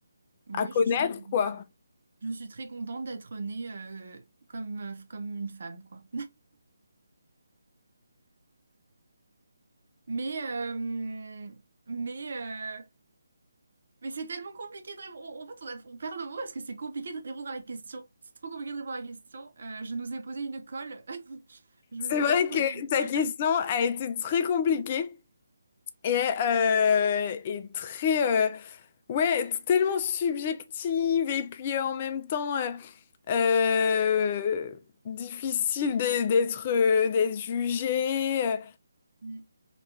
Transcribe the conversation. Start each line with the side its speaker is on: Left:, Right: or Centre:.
Right: Oui,
Left: à
Right: Ouais,
Left: connaître,
Right: je suis entièrement
Left: quoi.
Right: d'accord. Je suis très contente d'être née euh, comme, euh, comme une femme, quoi. Mais, euh, mais, euh, Mais c'est tellement compliqué de répondre. En en fait, on, a- on perd nos mots parce que c'est compliqué de répondre à la question. C'est trop compliqué de répondre à la question. Euh, je nous ai posé une colle. <laughs> Je
Left: C'est
Right: vous ai
Left: vrai
Right: vraiment posé
Left: que
Right: une
Left: ta
Right: colle.
Left: question a été très compliquée. Et, euh, et très euh, ouais t- tellement subjective et puis euh, en même temps euh, euh, difficile d'e- d'être euh, d'être jugé euh.
Right: Mm,